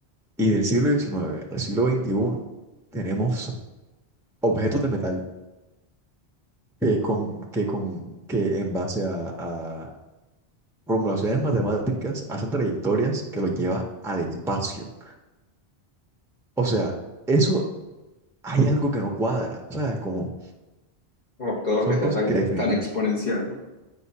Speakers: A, in the centre; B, on the left.
A: Y del siglo diecinueve al siglo veintiuno tenemos objetos de metal que con, que con, que en base a, a formulaciones matemáticas hacen trayectorias que los lleva al espacio. O sea, eso hay algo que no cuadra, ¿sabes? Como
B: Como todo
A: son
B: lo que sea
A: cosas
B: tan,
A: que definitivamente.
B: tan exponencial.